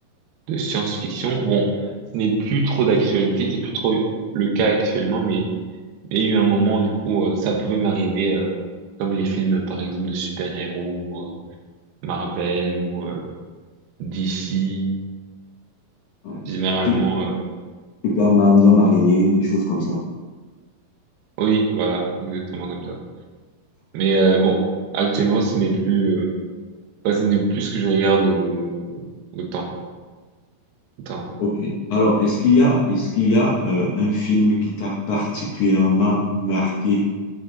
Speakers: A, on the right; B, on the left.
A: de science-fiction. Bon, ce n'est plus trop d'actualité, c'est plus trop le cas actuellement, mais il y a eu un moment, du coup, euh, ça pouvait m'arriver, euh, comme les films, par exemple, de super-héros, euh, Marvel ou euh, DC,
B: Ouais.
A: généralement,
B: Su-
A: euh,
B: Superman, l'homme araignée, des choses comme ça.
A: oui, voilà, exactement comme ça. Mais euh, bon, actuellement, ce n'est plus, euh, enfin, ce n'est plus ce que je regarde au- autant. autant.
B: Ok. Alors, est-ce qu'il y a, est-ce qu'il y a euh, un film qui t'a particulièrement marqué